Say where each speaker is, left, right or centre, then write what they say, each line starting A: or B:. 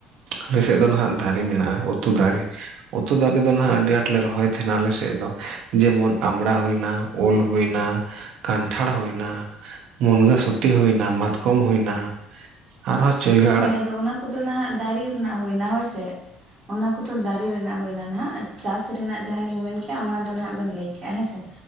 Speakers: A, on the right (about 60°); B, on the right (about 25°).
A: ᱟᱞᱮ ᱥᱮᱜ ᱫᱚ ᱱᱟᱦᱟᱜ ᱫᱟᱨᱮ ᱢᱮᱱᱟᱜᱼᱟ ᱩᱛᱩ ᱫᱟᱨᱮ᱾ ᱩᱛᱩ ᱫᱟᱨᱮ ᱫᱚ ᱱᱟᱦᱟᱜ ᱟᱹᱰᱤ ᱟᱴ ᱞᱮ ᱨᱚᱦᱚᱭ ᱛᱷᱮᱱᱟ ᱟᱞᱮ ᱥᱮᱜ ᱫᱚ ᱡᱮᱢᱚᱱ ᱟᱢᱲᱟ ᱦᱩᱭᱱᱟ᱾ ᱩᱞ ᱦᱩᱭᱱᱟ ᱠᱟᱱᱴᱷᱟᱲ ᱦᱩᱭᱱᱟ᱾ ᱢᱩᱱᱜᱟᱹ ᱥᱩᱴᱤ ᱦᱩᱭᱱᱟ ᱢᱟᱛᱠᱚᱢ ᱦᱩᱭᱱᱟ᱾ ᱟᱨᱦᱚᱸ ᱪᱟᱹᱭᱞᱟᱹ
B: ᱦᱳᱭ ᱟᱫᱚ ᱚᱱᱟ ᱠᱚᱫᱚ ᱱᱟᱦᱟᱜ ᱫᱟᱨᱮ ᱨᱮᱱᱟᱜ ᱦᱩᱭᱱᱟ ᱦᱳᱭ ᱥᱮ᱾ ᱚᱱᱟ ᱠᱚᱫᱚ ᱫᱟᱨᱮ ᱨᱮᱱᱟᱜ ᱦᱩᱭᱱᱟ ᱱᱟᱦᱟᱜ ᱪᱟᱥ ᱨᱮᱱᱟᱜ ᱡᱟᱦᱟᱸ ᱞᱤᱧ ᱢᱮᱱ ᱠᱮᱜᱼᱟ ᱚᱱᱟ ᱫᱚ ᱱᱟᱦᱟᱜ ᱵᱮᱱ ᱞᱟᱹᱭ ᱠᱮᱜᱼᱟ ᱦᱮᱸ ᱥᱮ᱾